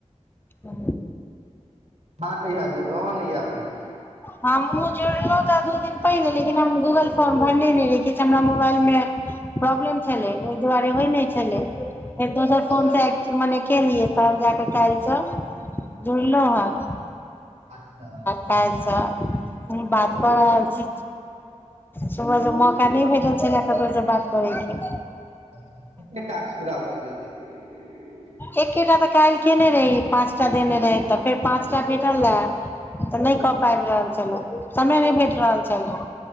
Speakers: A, on the left; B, on the right.
A: ओ।
B: अहाँ कहिया जुड़लौ हन इ ऐप मे।
A: हमु जुड़लौ त दू दिन पहिले लेकिन हम गूगल फोर्म भरनेे नै रही, किछ हमरा मुबाएल मे प्रॉब्लेम छलै ओय दुआरे होय नै छलै फेर दोसर
B: अच्छा
A: फोन से आय मने केलियै तहन जा कऽ काएल से जुड़लौ हन।
B: अच्छा।
A: काएल से हमु बात क रहल छी। सुबह से मौका नै भेटल छलै ककरो से बात करै के।
B: अच्छा कते टाक्स पूरा भ गेल तब।
A: एकेटा तऽ काएल केने रही पाँचटा देने रहै तऽ फेर पाँचटा भेटल आय। तऽ नै कऽ पाएब रहल छलौ, समय नै भेट रहल छला।